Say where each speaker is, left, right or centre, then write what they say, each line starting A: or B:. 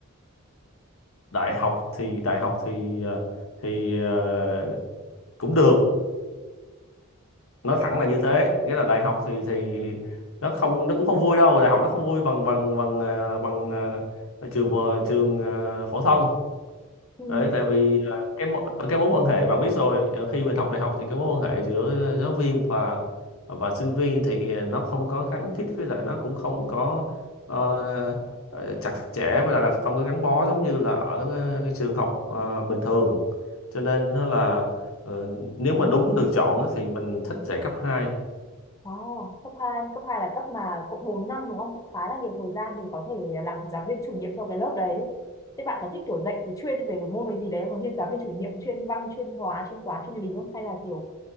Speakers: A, on the left (about 70°); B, on the left (about 15°).
A: đại học thì đại học thì ờ, thì ờ, cũng được nói thẳng là như thế nghĩa là đại học thì thì nó không nó cũng không vui đâu đại học nó không vui bằng bằng bằng ờ, bằng ờ, trường phổ- trường ờ, phổ thông
B: Ừ.
A: Đấy, tại vì à, cái mối cái mối quan hệ bạn biết rồi à, khi mình học đại học thì cái mối quan hệ giữa à, giáo viên và và sinh viên thì à, nó không có khăng khít với lại nó cũng không có ờ, ờ, chặt chẽ với lại là không có gắn bó giống như là ở ờ, cái trường học ờ, bình thường cho nên nó là ờ, nếu mà đúng được chọn á, thì mình thích dạy cấp hai
B: Oh, cấp hai cấp 2 là cấp mà cũng 4 năm đúng không? Cũng khá là nhiều thời gian để có thể làm giáo viên chủ nhiệm cho cái lớp đấy. Thế bạn có thích kiểu dạy thì chuyên về một môn ấy gì đấy không? Như giáo viên chủ nhiệm chuyên văn, chuyên hóa, chuyên toán, chuyên lý không? Hay là kiểu